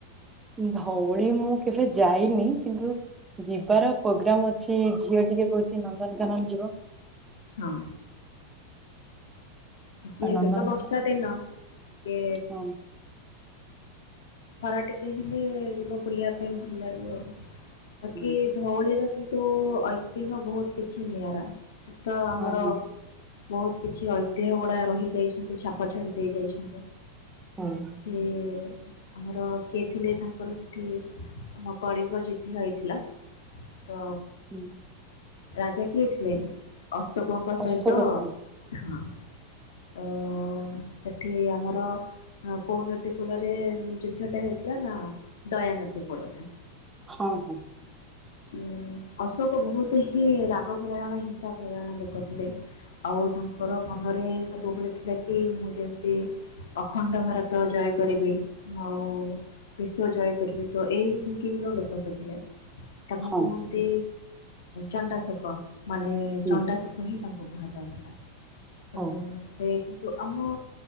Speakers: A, on the right; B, on the left.
A: ଧଉଳି ମୁଁ କେବେ ଯାଇନି କିନ୍ତୁ ଯିବାର ପୋଗ୍ରାମ ଅଛି ଝିଅ ଟିକେ କହୁଚି ନନ୍ଦନକାନନ ଯିବ।
B: ହଁ। ବାି
A: ଆଉ
B: ଏବେ
A: ନନ୍ଦନକାନନ
B: ତ ବର୍ଷା ଦିନ ଟିକେ
A: ହଁ
B: ଖରା ଟିକେ ହେଲେ ଯିବ ବୁଲିବା ପାଇଁ ଭଲ ଲାଗିବ ଆଉ। ବାକି
A: ହଁ
B: ଧଉଳିର କିନ୍ତୁ ଐତିହ୍ୟ ବହୁତ କିଛି ନିଆରା। ତ ଆମର
A: ହଁ
B: ବହୁତ କିଛି ଐତିହ୍ୟ ଗୁଡା ରହି ଯାଇଛନ୍ତି ଛାପ ଛାଡି ଦେଇ ଯାଇଛନ୍ତି।
A: ହଁ
B: <unintelligible> ଆମର କିଏ ଥିଲେ ତାଙ୍କର ସେଠି ଆମ କଳିଙ୍ଗ ଯୁଦ୍ଧ ହେଇଥିଲା। ତ
A: ହୁଁ।
B: ରାଜା କିଏ ଥିଲେ ଅଶୋକଙ୍କ
A: ଅଶୋକ
B: ସହିତ
A: ଝର
B: ହଁ। ତ ସେଠି ଆମର କୋଉ ନଦୀ କୂଳରେ ଯୁଦ୍ଧ ଟା ହେଉଥିଲା ନା ଦୟା ନଦୀ କୂଳରେ।
A: ହଁ ହଁ।
B: ଉଁ ଅଶୋକ ବହୁତ ହିଁ ରାଗ ପ୍ରୟଣ ହିଂସା ପ୍ରୟଣ ଲୋକ ଥିଲେ। ଆଉ ତାଙ୍କର ମନରେ ସବୁବେଳେ ଥିଲା କି ମୁଁ ଯେମିତି ଅଖଣ୍ଡ ଭାରତ ଜୟ କରିବି। ଆଉ ବିଶ୍ୱ ଜୟ କରିବି ତ ଏହିଇ ଥିଙ୍କିଙ୍ଗର ଲୋକ ସେଥିଲେ। ତାଙ୍କୁ
A: ହଁ
B: କୁହନ୍ତି ଚଣ୍ଡାଶୋକ ମାନେ
A: ହୁଁ
B: ଚଣ୍ଡା କୁ ହିଁ ତାଙ୍କୁ କୁହାଯାଉଥିଲା। ତ
A: ହଁ।
B: ସେ କିନ୍ତୁ ଆମ